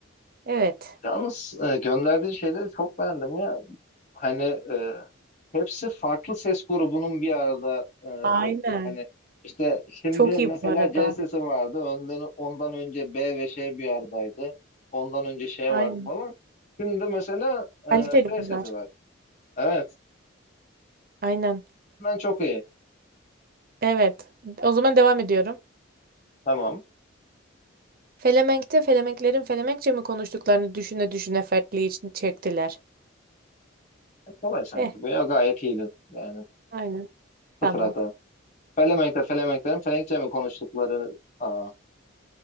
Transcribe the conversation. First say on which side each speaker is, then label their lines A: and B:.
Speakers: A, on the right (about 45°); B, on the left (about 35°).
A: Evet.
B: Yalnız e, gönderdiğin şeyleri çok beğendim ya. Hani e, hepsi farklı ses grubunun bir arada e, oldu.
A: Aynen.
B: Hani işte şimdi
A: Çok iyi
B: mesela
A: bu arada.
B: C sesi vardı. Önden, ondan önce B ve Ş bir aradaydı. Ondan önce Ş
A: Aynen.
B: vardı falan. Şimdi de mesela
A: Kaliteli
B: e, F
A: bunlar.
B: sesi var. Evet.
A: Aynen.
B: Ben çok iyi.
A: Evet. O zaman devam ediyorum.
B: Tamam.
A: Felemenk'te Felemenklerin Felemenkçe mi konuştuklarını düşüne düşüne fertliği için çektiler.
B: E, Kolay sanki.
A: Eh,
B: Bu ya gayet iyiydin. Yani
A: aynen. Tamam.
B: sıfır hata. Felemenk'te Felemenklerin Felenkçe mi konuştukları aa,